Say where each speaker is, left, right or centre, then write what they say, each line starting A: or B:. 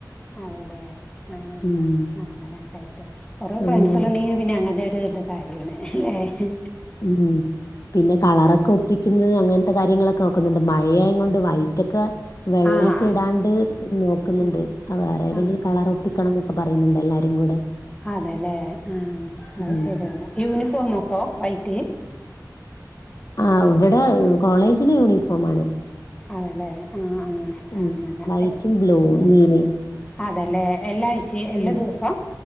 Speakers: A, on the left (about 15°); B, on the left (about 50°).
A: അതെല്ലെ ആഹ്
B: ഉം
A: ആഹ് അങ്ങനെയൊക്കെ ആയിട്ട് കൊറേ
B: ആഹ്
A: ഫ്രാൻസോലോണ്ടങ്കി പിന്നെ അങ്ങനൊരു ഇത് കാര്യമാണ് ഏഹ്
B: ഉം പിന്നെ കളറൊക്കെ ഒപ്പി ക്കുന്ന് അങ്ങനത്തെ കാര്യങ്ങളൊക്കെ നോക്കുന്നുണ്ട് മഴയോണ്ട് വൈറ്റൊക്കെ വെള്ളയൊക്കെ
A: ആഹ്
B: ഇടാണ്ട് നോക്കുന്നുണ്ട്
A: ഉം
B: വേറെ ഏതെങ്കിലും
A: ആഹ്
B: കളറോ ഒപ്പിക്കണം എന്നൊക്കെ പറയുന്നുണ്ട് എല്ലാരും കൂടെ
A: അതെല്ലേ ആഹ്
B: ഉം
A: അത് ശരിയാണ് യൂണിഫോമോ അപ്പൊ വൈറ്റ്
B: ആഹ് ഇവിടെ കോളേജില് യൂണിഫോമാണ്
A: അതെല്ലേ ആ ആ
B: ഉം
A: അങ്ങനെ
B: വൈറ്റും ബ്ലൂവും നീലയും
A: അതെല്ലേ എല്ലാഴ്ചയും എല്ലാ
B: ഉം
A: ദിവസവും